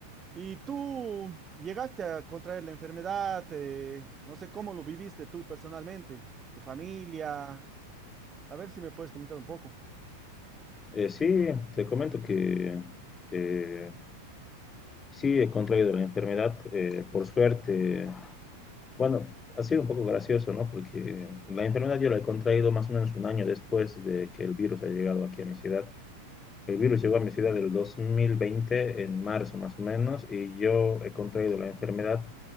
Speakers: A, on the right; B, on the left.
A: ¿Y tú llegaste a contraer la enfermedad? eh, no sé cómo lo viviste tú personalmente, tu familia. A ver si me puedes comentar un poco.
B: Eh, sí, te comento que eh, sí he contraído la enfermedad, eh, por suerte Bueno, ha sido un poco gracioso, ¿no? Porque la enfermedad yo la he contraído más o menos un año después de que el virus ha llegado aquí a mi ciudad. El virus llegó a mi ciudad el 2020, en marzo más o menos, y yo he contraído la enfermedad